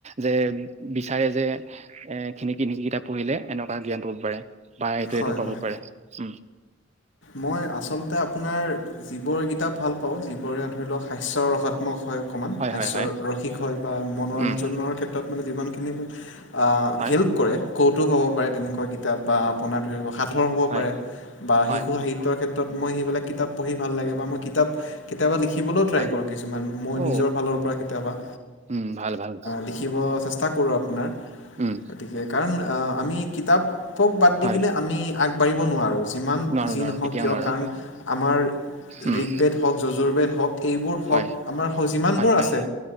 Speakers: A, on the right (about 35°); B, on the left (about 70°).
A: যে বিচাৰে যে এ এইখিনি কিনি কিতাপ পঢ়িলে, এনেকুৱা জ্ঞান পাব পাৰে, বা এইটো-এইটো
B: হয়
A: পাব
B: হয়
A: পাৰে। উম।
B: মই আচলতে আপোনাৰ যিবোৰ কিতাপ ভাল পাওঁ, যিবোৰে ধৰি লওক, হাস্যৰ ৰসত <unintelligible> হয় অকণমান,
A: হয়
B: হাস্য
A: হয় হয়
B: ৰসিক হয়, বা মনোৰঞ্জনৰ
A: উম
B: ক্ষেত্ৰত মানে যিমানখিনি মোক আ,
A: হয়
B: হেল্প কৰে। কৌতুক হ'ব পাৰে, তেনেকুৱা কিতাপ বা আপোনাৰ ধৰিব সাঁথৰ হ'ব
A: হয়
B: পাৰে, বা
A: হয়
B: শিশু সাহিত্য ক্ষেত্ৰত মই সেইবিলাক কিতাপ পঢ়ি ভাল লাগে, বা মই কিতাপ কেতিয়াবা লিখিবলৈও ট্ৰাই
A: হয়
B: কৰোঁ কিছুমান, মই
A: অ
B: নিজৰ ফালৰ পৰা কেতিয়াবা।
A: উম ভাল ভাল ভাল
B: লিখিব চেষ্টা কৰোঁ আপোনাৰ।
A: উম
B: গতিকে কাৰণ আ আমি কিতাপক বাদ
A: হয়
B: দি কিনে আমি আগবাঢ়িব নোৱাৰোঁ যিমান
A: নোৱাৰো
B: যি
A: নোৱাৰো
B: নহওক
A: কেতিয়াও
B: কিয়
A: নোৱাৰো
B: কাৰণ আমাৰ
A: উম
B: ঋকবেদ হওক, যযুৰ বেদ হওক এইবোৰ হওক,
A: হয়
B: আমাৰ হ যিমানবোৰ
A: হয় হয়
B: আছে